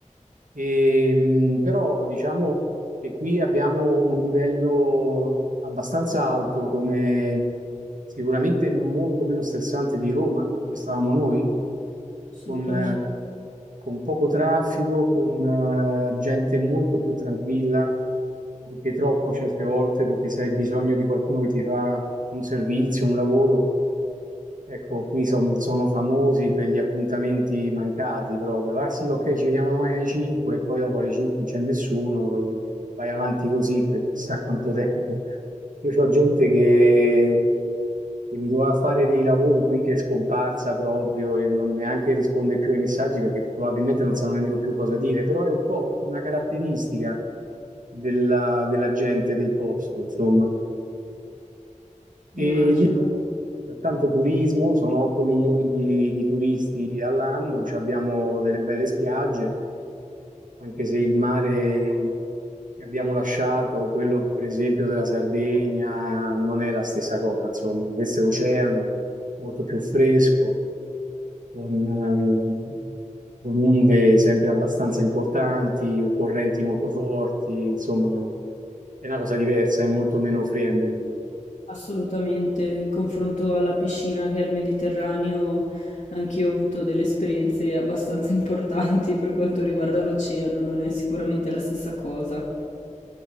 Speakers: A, on the right; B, on the left.
A: E, mh, però diciamo che qui abbiamo un livello abbastanza alto, come sicuramente molto meno stressante di Roma, dove stavamo noi,
B: Assolutamente,
A: con, eh, con poco traffico, con eh, gente molto più tranquilla, anche troppo certe volte, perché se hai bisogno di qualcuno che ti fa un servizio, un lavoro, Ecco, qui son- sono famosi per gli appuntamenti mancati proprio. Ah sì, ok, ci vediamo domani alle 5 e poi dopo alle 5 non c'è nessuno, poi vai avanti così per chissà quanto tempo. Io ho gente che, che mi doveva fare dei lavori qui che è scomparsa proprio e non neanche risponde più ai messaggi perché probabilmente non sanno nemmeno più cosa dire, però è un po' una caratteristica della della gente del posto, insomma. E
B: immagino.
A: lì c'è tanto turismo, sono 8 milioni di, di turisti all'anno, ci abbiamo delle belle spiagge, anche se il mare che abbiamo lasciato, quello per esempio della Sardegna, non è la stessa cosa, insomma, questo è oceano molto più fresco, con, ehm, con onde sempre abbastanza importanti, correnti molto forti, insomma, è una cosa diversa, è molto meno friendly,
B: Assolutamente, il confronto alla piscina che è il Mediterraneo, anch'io ho avuto delle esperienze abbastanza <laughs> importanti per quanto riguarda l'oceano, non è sicuramente la stessa cosa.